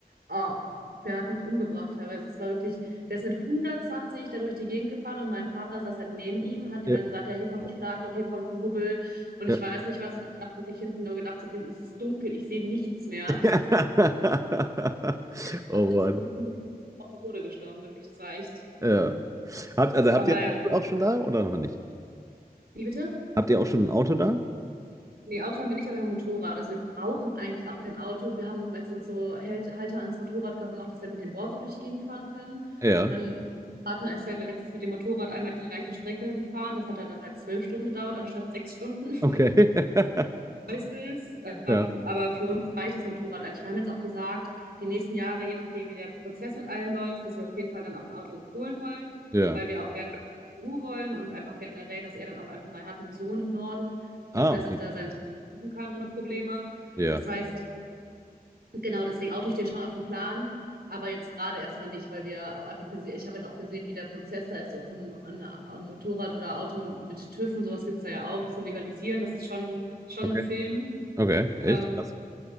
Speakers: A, on the right; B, on the right.
A: Oh, der hat mich umgebracht teilweise. Es war wirklich, der ist mit 120 da durch die Gegend gefahren und mein Partner saß halt neben ihm, hat ihm
B: ja.
A: dann gesagt, ja, hier kommt ein Schlagloch, hier kommt ein Hubbel und ich
B: ja.
A: weiß nicht was. Und ich habe wirklich hinten nur gedacht, so, es ist dunkel, ich sehe nichts mehr.
B: <laughs>
A: Den Spaß
B: Oh
A: des
B: Mann.
A: Lebens bin ich auf den Tode gestorben, wirklich. Das war echt.
B: Ja. Habt, also habt
A: Aber
B: ihr ein
A: ja.
B: Auto auch schon da oder noch nicht?
A: Wie bitte?
B: Habt ihr auch schon ein Auto da?
A: Nee, Auto haben wir nicht, aber wir haben Motorrad. Also wir brauchen eigentlich auch kein Auto. Wir haben jetzt uns so Hält Halter ans Motorrad gemacht, dass wir halt mit den Boards auch durch die Gegend fahren können.
B: Ja.
A: Mein Partner ist halt letztens mit dem Motorrad einmal die gleiche Strecke gefahren. Das hat er dann halt zwölf Stunden gedauert, anstatt sechs Stunden.
B: Okay. <laughs>
A: Meistens, ähm,
B: Ja.
A: aber für uns reicht das Motorrad eigentlich. Wir haben jetzt auch gesagt, die nächsten Jahre, je nachdem, wie der Prozess mit allem läuft, dass wir auf jeden Fall dann auch ein Auto holen wollen,
B: Ja.
A: weil wir auch gerne Ruhe wollen und einfach generell, dass er dann auch einfach mal hat einen Sohn im Norden.
B: Ah,
A: Das heißt,
B: okay.
A: auch dass er seinen Sohn besuchen kann ohne Probleme.
B: Ja.
A: Das heißt, genau deswegen, Auto steht schon auf dem Plan, aber jetzt gerade erstmal nicht, weil wir auch einfach gesehen, ich habe jetzt auch gesehen, wie der Prozess da ist, um ein, ein Motorrad oder Auto mit TÜV und sowas gibt es da ja auch zu legalisieren. Das ist schon, schon
B: Okay.
A: ein Film.
B: Okay. Echt?
A: Ähm,
B: Krass.